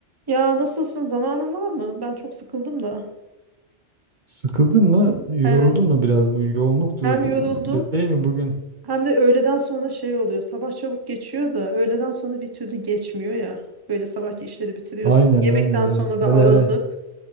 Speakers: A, on the right; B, on the right.
A: Ya nasılsın? Zamanın var mı? Ben çok sıkıldım da.
B: Sıkıldın mı? Yoruldun
A: Evet.
B: mu biraz? Bu yoğunluktu
A: Hem yoruldum
B: değil mi bugün?
A: hem de öğleden sonra şey oluyor. Sabah çabuk geçiyor da öğleden sonra bir türlü geçmiyor ya. Böyle sabahki işleri bitiriyorsun.
B: Aynen
A: Yemekten
B: aynen evet.
A: sonra da
B: Hele
A: ağırlık.
B: hele